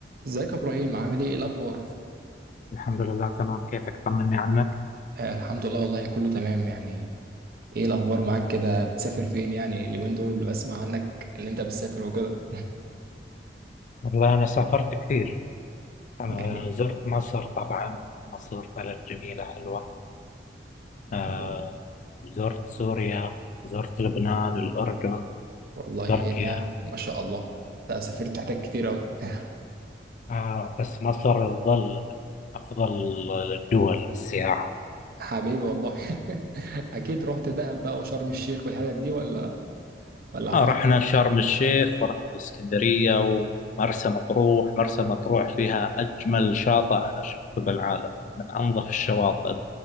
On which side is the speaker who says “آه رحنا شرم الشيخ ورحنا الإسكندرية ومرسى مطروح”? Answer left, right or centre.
Left